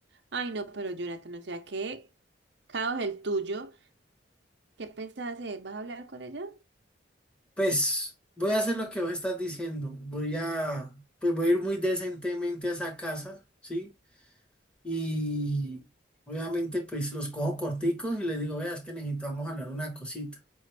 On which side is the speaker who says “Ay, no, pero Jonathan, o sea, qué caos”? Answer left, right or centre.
Right